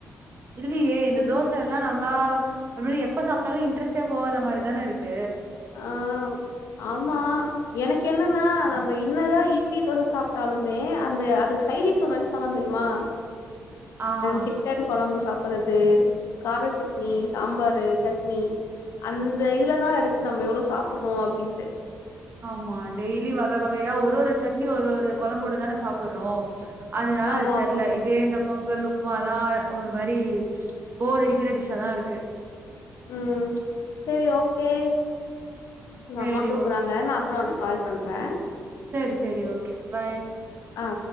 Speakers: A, on the right; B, on the left.
A: இல்லியே இந்த தோச லா நல்லா ஒரு மரி எப்ப சாப்டாலு இன்ட்ரெஸ்ட்டே போகாத மாரிதான இருக்கு
B: ஆ ஆமா எனக்கு என்னன்னா நம்ம இன்னதான் இட்லி தோசை சாப்டாலுமே அந்த அதுக்கு சைடடிஸ் ஒண்ணு <unintelligible> தெரியுமா
A: ஆ
B: சிக்கன் கொழம்பு சாப் றது கார சட்னி சாம்பாரு சட்னி அந்த இதுலதா இருக் கு நம்ம எவ்வளோ சாப்படறோ அப்டின்ட்டு
A: ஆமா டெய்லி வக வகையா ஒரொரு சட்னி ஒரொரு கொழம்போட தானே சாப்படறோ அதனால
B: ஆமா
A: அது தெர்ல
B: ஆமா
A: இதே இந்த பொங்கல் உப்மா எல்லா ஒரு மாரி போர் அடிக்கிற டிஷ்ஷாதா இருக்கு
B: ம் செரி ஓக்கே ங்
A: சேரி
B: அம்மா கூப்புறாங்க
A: ஓகே
B: நா அப்ற ஒனக் கால் பண்றே
A: சேரி சேரி ஓகே பை
B: அ